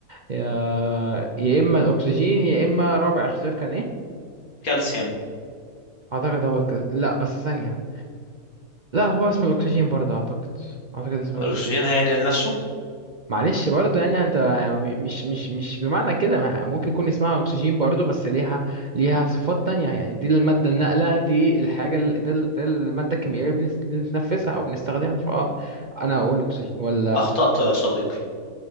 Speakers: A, on the right; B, on the left.
A: يا يا اما الاكسجين يا اما رابع اختيار كان ايه
B: كالسيوم
A: اعتقد هو الك... لا بس ثانية لا هو اسمه الاكسجين برضه اعتقد اعتقد اسمه
B: والأكسجين
A: الاكسجين
B: هينقل نفسه
A: معلش برضه يعني انت مش مش مش بمعنى كده ما ممكن يكون اسمها اكسجين برضه بس ليها ليها صفات تانية يعني دي المادة الناقلة دي الحاجة ال- ده ال- ده المادة الكيميائية اللي بنس- بنتنفسها او بنستخدمها فاه انا اقول اكسجين ولا
B: أخطأت يا صديقي